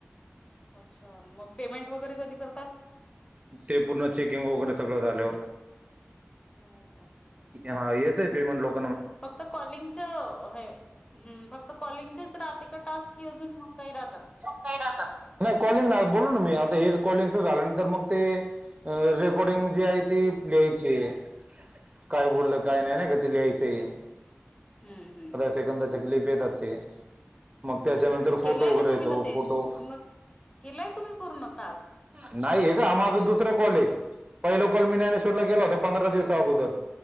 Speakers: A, on the left (about 20°); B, on the right (about 30°).
A: अच्छा मग पेमेंट वगैरे कधी करतात
B: ते पूर्ण चेकिंग वगैरे सगळं झाल्यावर
A: <unintelligible>
B: हा येतय पेमेंट लव
A: फक्त कॉलिंगचं हे फक्त कॉलिंगचच राहते का टास्क की अजून काही राहतात
B: नाही कॉलिंग नाही बोलू ना मी आता हे कॉलिंग झाल्यानंतर मग ते अ रेकॉर्डिंग जी आहे ती लिहायची आहे काय बोललं
A: अच्छा
B: काय नाही ना का ते लिहायचंय
A: हम्म, हम्म
B: सेकंदाचे क्लिप येतात ते मग त्याच्यानंतर
A: केलंय
B: फोटो वगैरे
A: का तुम्ही
B: येतो
A: ना ते
B: फोटो
A: पूर्ण केलंय तुम्ही पूर्ण टास्क?
B: नाही हे का माझा दुसरा कॉले पहिल कॉ मी ज्ञानेश्वरला केला होता पंधरा दिवस अगोदर